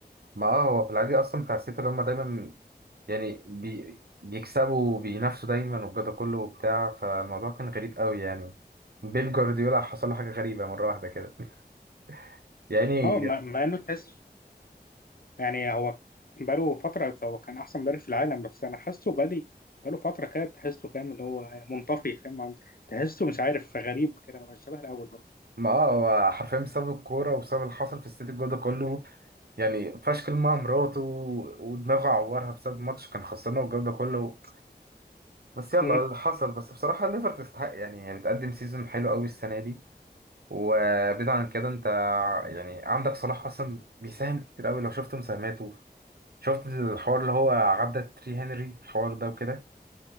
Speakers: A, on the right; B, on the left.
A: ما اه هو في العادي اصلا بتاع السيتي اللي هم دايما يعني بي بيكسبوا وبينافسوا دايما وجوده كله وبتاع فالموضوع كان غريب قوي يعني بيب جوارديولا حصل له حاجه غريبه مره واحده كده <laughs> يعني
B: اه مع مع انه تحسه يعني هو بقاله فتره هو كان احسن مدرب في العالم بس انا حاسه بقالي بقاله فتره كده تحسه فاهم اللي هو منطفي فاهم عن- تحسه مش عارف غريب كده مبقاش شبه الاول برضه
A: ما اه هو حرفيا بسبب الكوره وبسبب اللي حصل في السيتي الجو ده كله يعني فشكل مع مراته و- ودماغه عورها بسبب ماتش كان خسرنا والجو ده كله بس يلا
B: امم
A: اللي حصل بس بصراحة ليفر تستحق يعني هي بتقدم سيزون حلو قوي السنة دي وبعيد عن كده انت يعني عندك صلاح اصلا بيساهم كتير قوي لو شفت مساهماته شفت الحوار اللي هو عدى تري هنري الحوار ده وكده